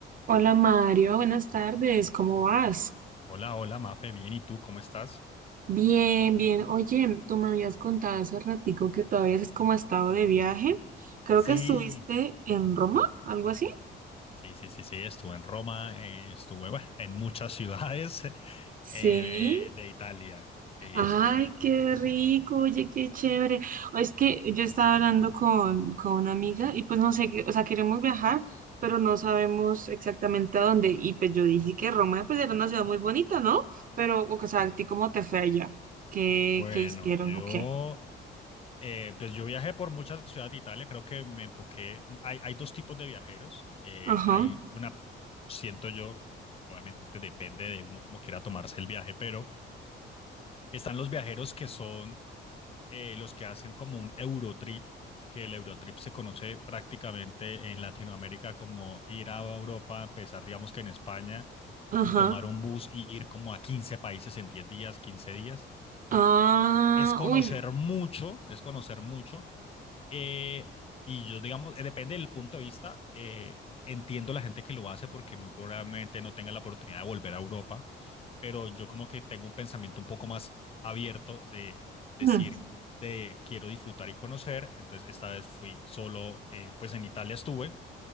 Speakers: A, on the right; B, on the left.
A: Hola Mario, buenas tardes, ¿cómo vas?
B: Hola, hola, Mafe, bien, ¿y tú cómo estás?
A: Bien, bien. Oye, tú me habías contado hace ratico que todavía es como estado de viaje. Creo
B: Sí,
A: que estuviste en Roma, algo así.
B: sí, sí, sí, sí, estuve en Roma, eh, estuve, bueno, en muchas ciudades <laughs>
A: Sí.
B: eh, de Italia, sí,
A: Ay,
B: estuve.
A: qué rico, oye, qué chévere. O Es que yo estaba hablando con, con una amiga y pues no sé, qué- o sea, queremos viajar, pero no sabemos exactamente a dónde. Y pues yo dije que Roma pues era una ciudad muy bonita, ¿no? Pero, o sea, ¿a ti cómo te fue allá? ¿Qué,
B: Bueno,
A: qué hicieron
B: yo,
A: o qué?
B: eh, pues yo viajé por muchas ciudades de Italia, creo que me enfoqué, hay, hay dos tipos de viajeros, eh,
A: Ajá.
B: hay una, siento yo, obviamente depende de uno como quiera tomarse el viaje, pero están los viajeros que son eh, los que hacen como un Eurotrip, que el Eurotrip se conoce prácticamente en Latinoamérica como ir a Europa, empezar digamos que en España
A: Ajá.
B: y tomar un bus y ir como a 15 países en 10 días, 15 días.
A: Ah,
B: Es conocer
A: uy, no.
B: mucho, es conocer mucho. eh, y yo digamos, eh, depende del punto de vista, eh, entiendo la gente que lo hace porque muy probablemente no tenga la oportunidad de volver a Europa pero yo como que tengo un pensamiento un poco más abierto de decir
A: Mm,
B: de quiero disfrutar y conocer, entonces esta vez fui solo, eh, pues en Italia estuve